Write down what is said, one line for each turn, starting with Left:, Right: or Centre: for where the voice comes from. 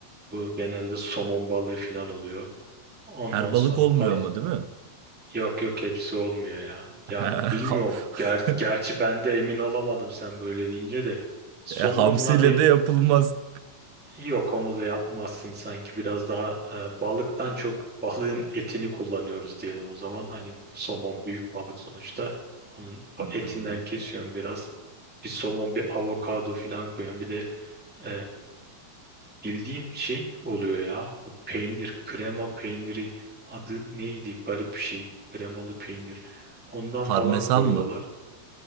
Centre: Bu genelde somon balığı filan oluyor. Ondan
Right: Her
Centre: sonra
Right: balık olmuyor
Centre: par
Right: ama değil mi?
Centre: Yok yok hepsi olmuyor ya. Ya
Right: <laughs>
Centre: bilmiyorum. Ger gerçi ben de emin olamadım sen böyle deyince de. Somonla
Right: E, hamsiyle
Centre: bir
Right: de yapılmaz.
Centre: yok onu da yapmazsın sanki biraz daha e, balıktan çok balığın etini kullanıyoruz diyelim o zaman. Hani somon büyük balık sonuçta. Onun etinden
Right: Doğru.
Centre: kesiyorum biraz. Bir somon bir avokado falan koyuyorum. Bir de e, Bildiğim şey oluyor ya. O peynir, krema peyniri adı neydi? Garip bir şey. Kremalı peynir. Ondan
Right: Parmesan
Centre: falan koyuyorlar.
Right: mı?